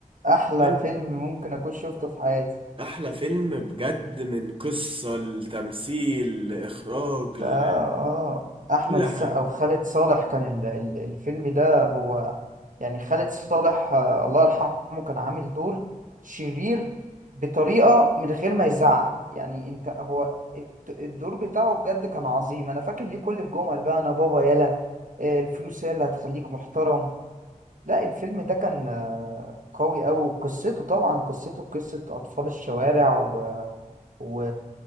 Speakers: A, on the right; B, on the right.
A: احلى
B: فيلم
A: فيلم ممكن اكون شفته في حياتي
B: أحلى فيلم بجد من قصة لتمثيل لإخراج
A: ده
B: لكل
A: اه احمد
B: حاجة
A: السقا وخالد صالح كان ال- ال- الفيلم ده هو يعني خالد صالح آه الله يرحمه كان عامل دور شرير بطريقة من غير ما يزعق يعني انت هو الت- الدور بتاعه بجد كان عظيم انا فاكر ليه كل الجمل بقى انا بابا يلا آه، الفلوس هي اللي هتخليك محترم لا الفيلم ده كان آه، قوي أوي وقصته طبعا قصته قصة أطفال الشوارع و... و...